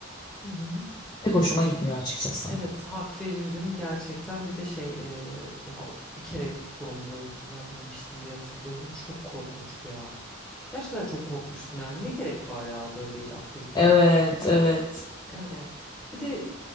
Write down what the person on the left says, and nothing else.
pek hoşuma gitmiyor açıkçası.
Evet, evet,